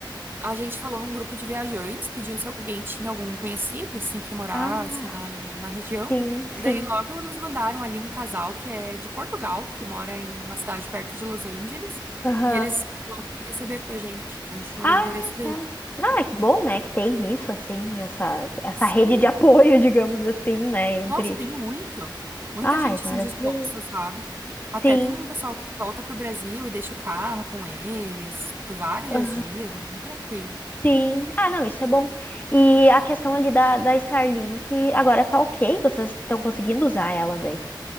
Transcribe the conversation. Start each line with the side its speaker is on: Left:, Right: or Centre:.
Right: A gente falou num grupo de viajantes, pediu se alguém tinha algum conhecido, assim, que morasse
Left: Ah,
Right: na, na região.
Left: sim, sim.
Right: E daí logo nos mandaram ali um casal que é de Portugal, que mora em uma cidade perto de Los Angeles,
Left: Aham.
Right: e eles vão receber pra gente. A gente mandou
Left: Ah,
Right: o endereço dele.
Left: tá. Não, é que bom, né, que tem isso, assim, essa, essa
Right: Sim,
Left: rede de apoio, <laughs> digamos assim, né, entre...
Right: Nossa, tem muito. Muita
Left: Ai,
Right: gente
Left: maravilhoso.
Right: assim disposta, sabe? Até
Left: Sim,
Right: tem um pessoal que volta pro Brasil e deixa o carro com eles por vários
Left: aham,
Right: dias, é bem tranquilo.
Left: sim. Ah, não, isso é bom. E a questão ali da, da Starlink, agora tá ok? Vocês estão conseguindo usar ela daí?